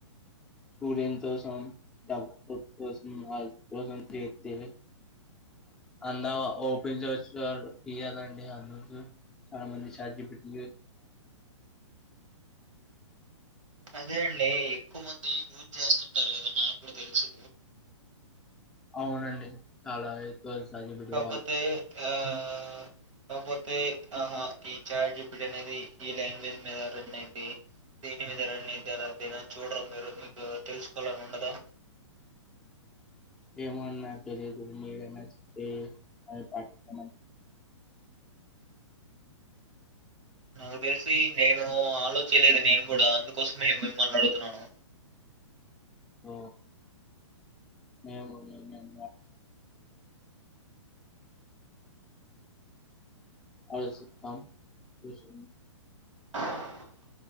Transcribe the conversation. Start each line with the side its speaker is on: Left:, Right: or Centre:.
Centre: కోసడబ కోస వా కోసం చేతే అంద ఓపెన్చచ్చ ఫ అదండి అజు చాలా మంది చార్జీ పటి
Right: అదే అండి ఎక్కువ మంది యూజ్ చేస్తుంటారు కదా నాకు కూడా తెలుసు
Centre: అవునండి చాలా ఎక్కువ చాట్ జీపీటీ
Right: కాకాపోతే
Centre: వాడ్
Right: ఆ ఆ కాకపోతే ఆహా ఈ చార్ట్ జిపిటి అనేది ఈ లాంగ్వేజ్ మీద రన్ అయిది, దేని మీద రన్ అయిది అలా దేని చూడరా మీరు మీకు తెలుసుకోవాలని ఉండదా
Centre: ఏమో అన్న తెలీదు మీరు అన్న చెప్తే <unintelligible>
Right: నాకు తెలిసి నేను ఆలోచలేదు నేను కూడా అందుకోసమే మిమ్మల్ని అడుగుతున్నాను.
Centre: ఓ మేము మేం అ చెప్తం <unintelligible>
Right: <unintelligible>